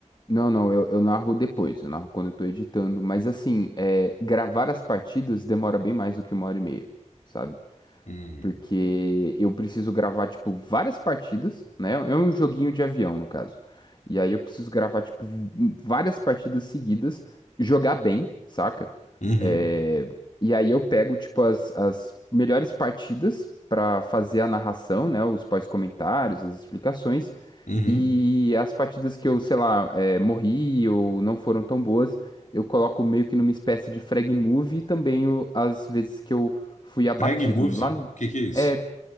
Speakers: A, on the left; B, on the left.
A: Não, não, eu, eu narro depois, eu narro quando eu tô editando, mas assim, é, gravar as partidas demora bem mais do que uma hora e meia, sabe?
B: Hum.
A: porque eu preciso gravar, tipo, várias partidas, né? É um joguinho de avião, no caso. E aí eu preciso gravar, tipo, v- várias partidas seguidas, jogar bem, saca?
B: Uhum.
A: É, E aí eu pego, tipo, as, as melhores partidas pra fazer a narração, né? Os pós-comentários, as explicações.
B: Uhum.
A: E as partidas que eu, sei lá, é, morri ou não foram tão boas, eu coloco meio que numa espécie de frag move e também o- as vezes que eu fui abatido
B: Frag Movie?
A: lá, né?
B: O que que é isso?
A: É,